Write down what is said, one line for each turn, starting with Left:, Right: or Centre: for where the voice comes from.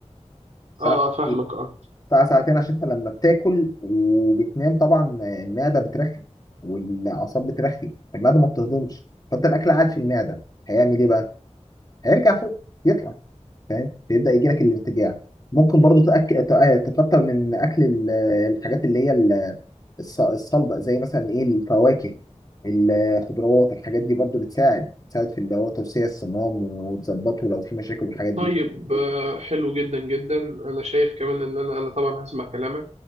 Left: ساعه
Right: اه
Left: ساعتين
Right: اه فاهمك اه
Left: ساعه ساعتين عشان انت لما بتاكل وبتنام طبعا آه، المعده بترخي والاعصاب بترخي المعده ما بتهضمش فانت الاكل قاعد في المعده هيعمل ايه بقى؟ هيرجع فوق يطلع فاهم بيبدا يجي لك الارتجاع ممكن برضو تأك... تأ- تكتر من اكل ال- الحاجات اللي هي ال- الص- الصلبه زي مثلا ايه الفواكه الخضروات الحاجات دي برضو بتساعد بتساعد في اللي هو توسيع الصمام وتظبطه لو في مشاكل والحاجات دي
Right: طيب آه حلو جدا جدا انا شايف كمان ان انا انا طبعا هسمع كلامك